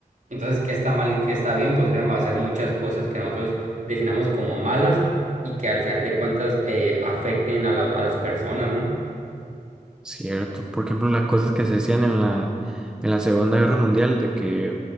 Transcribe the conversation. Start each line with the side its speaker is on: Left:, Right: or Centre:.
Right: entonces qué está mal y qué está bien, podríamos hacer muchas cosas que nosotros definamos como malas y que al final de cuentas eh, afecten a, la- a las personas, ¿no?
Centre: ¿Cierto? Por ejemplo, las cosas que se decían en la, en la Segunda Guerra Mundial, de que